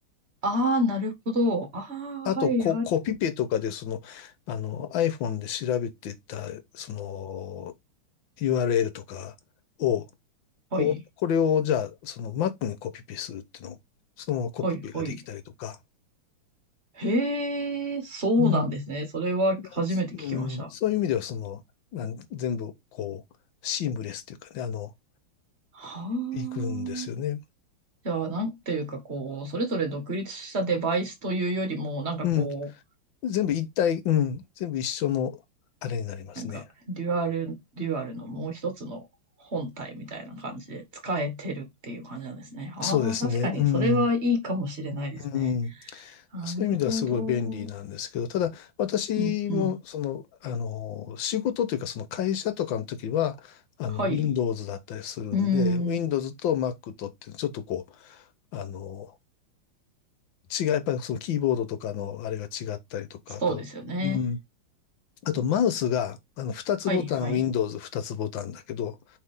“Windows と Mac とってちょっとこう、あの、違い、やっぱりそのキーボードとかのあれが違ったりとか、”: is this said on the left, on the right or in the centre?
Left